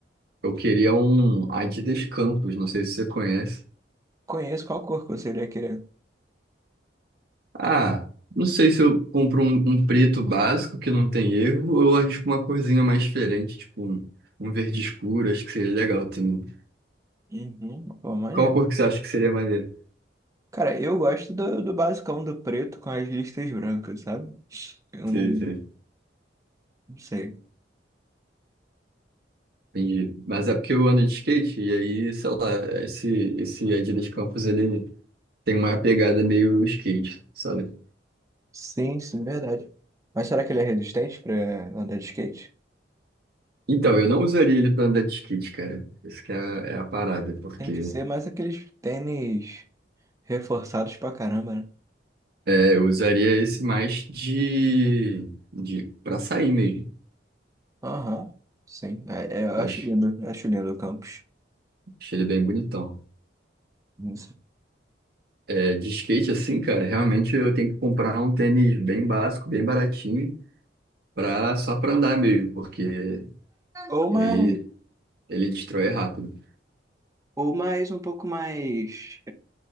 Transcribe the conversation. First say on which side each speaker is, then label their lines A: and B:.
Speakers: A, on the right; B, on the right.
A: eu queria um Adidas Campos, não sei se você conhece.
B: Conheço qual cor que você iria querer.
A: Ah, não sei se eu compro um, um preto básico que não tem erro, ou eu arrisco uma corzinha mais diferente, tipo um, um verde escuro, acho que seria legal também.
B: Uhum, pô, maneiro.
A: Qual cor que você acha que seria maneiro?
B: Cara, eu gosto do, do basicão do preto com as listas brancas, sabe? Eu
A: Sei,
B: não,
A: sei.
B: não sei.
A: Entendi. Mas é porque eu ando de skate, e aí, sei lá, esse, esse Adidas Campos, ele tem uma pegada meio skate, sabe?
B: Sim, sim, verdade. Mas será que ele é resistente pra andar de skate?
A: Então, eu não usaria ele pra andar de skate, cara. Essa que é a, é a parada, porque
B: Tem que ser mais aqueles tênis reforçados pra caramba, né?
A: é, eu usaria esse mais de, de, para sair mesmo,
B: Aham, sim. É, é, eu acho
A: acho.
B: lindo, eu acho lindo o campus.
A: Achei ele bem bonitão.
B: Não
A: É, de skate assim, cara, realmente eu tenho que comprar um tênis bem básico, bem baratinho, pra, só pra andar mesmo, porque
B: Ou
A: ele,
B: mais,
A: ele destrói rápido.
B: ou mais um pouco mais